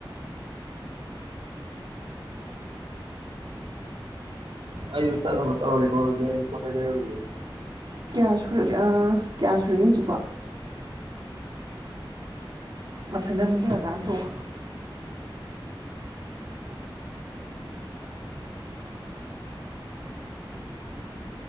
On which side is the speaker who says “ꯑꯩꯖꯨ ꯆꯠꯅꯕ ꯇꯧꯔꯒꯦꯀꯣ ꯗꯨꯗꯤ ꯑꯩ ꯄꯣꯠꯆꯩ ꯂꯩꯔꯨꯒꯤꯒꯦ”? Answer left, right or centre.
Right